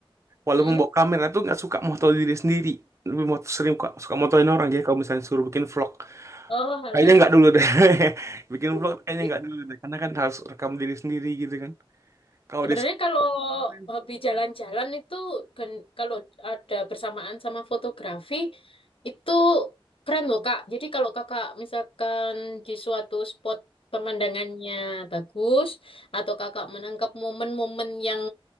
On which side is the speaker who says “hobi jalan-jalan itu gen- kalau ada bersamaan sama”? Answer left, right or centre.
Left